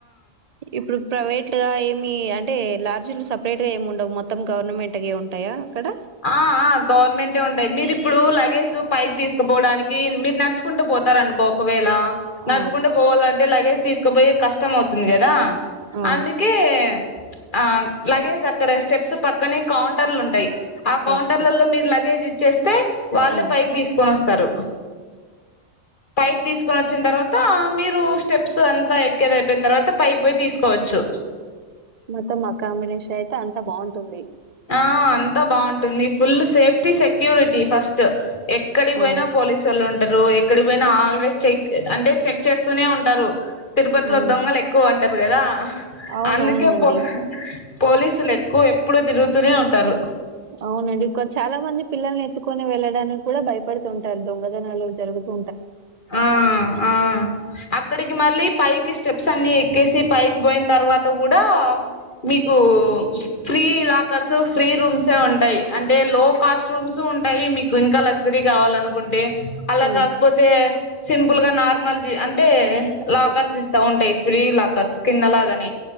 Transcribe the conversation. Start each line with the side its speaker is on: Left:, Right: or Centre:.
Right: ఇప్పుడు ప్రైవేట్ గా ఏమి అం అంటే లార్జ్లు సపరేట్ గా ఏముండవు మొత్తం గవర్నమెంట్ గే ఉంటాయా అక్కడ
Left: ఆ ఆ గవర్నమెంటే ఉంటాయి మీరు ఇప్పుడు లగేజ్ పైకి తీసుకుపోవడానికి మీరు నడుచుకుంటూ పోతారనుకో ఒకవేళ నడ్చుకుంటూ
Right: ఆ
Left: పోవాలంటే లగేజ్ తీసుకుపోయే కష్టం అవుతుంది కదా
Right: ఆ
Left: అందుకే ఆ లగేజ్ అక్కడ స్టెప్స్ పక్కనే కౌంటర్లు ఉంటాయి ఆ కౌంటర్లలో
Right: ఓకే
Left: మీరు లగేజ్ ఇ చ్చేస్తే వాళ్ళే
Right: ఆ
Left: పైకి తీసుకొని వస్తారు పైకి తీసుకొని వచ్చిన తర్వాత మీరు స్టెప్స్ అంతా ఎక్కేది అయిపోయిన తర్వాత పైకి పోయి తీసుకోవచ్చు
Right: మొత్తం అకామీడేషన్ అయితే అంతా బాగుంటుంది
Left: ఆ అంతా బాగుంటుంది ఫుల్ సేఫ్టీ సెక్యూరిటీ ఫస్ట్ ఎక్కడి పోయినా
Right: ఆ
Left: పోలీసు ఒళ్ళు ఉం టారు ఎక్కడి పోయినా ఆల్వేస్ చెక్ అంటే చెక్ చేస్తూనే ఉంటారు తిరుపతిలో
Right: ఉమ్
Left: దొంగలు ఎక్కువ అం అంటారు కదా
Right: అవునవునండి
Left: అందుకే పో పోలీసులు ఎక్కువ ఎప్పుడు తిరుగు తూనే ఉంటారు
Right: అవునండి చాలా మంది పిల్లల్ని ఎత్తుకొని వెళ్ళడానికి కూడా భయపడుతుంటారు దొంగతనాలు జరుగుతు
Left: ఆ ఆ అక్కడికి మళ్ళీ పైకి స్టెప్స్ అన్ని ఎక్కేసి పైకి పోయిన తర్వాత కూడా మీకు ఫ్రీ లాకర్సు ఫ్రీ రూమ్సే ఉంటాయి అంటే లో కాస్ట్ రూమ్స్ ఉంటాయి మీకు ఇంకా లగ్జరీ కావాలనుకుంటే అలాగ
Right: ఉమ్
Left: అపోతే సింపుల్ గా నార్మల్ జ అంటే లాకర్స్ ఇస్తా ఉంటాయి ఫ్రీ లాకర్స్ కిందలాగాని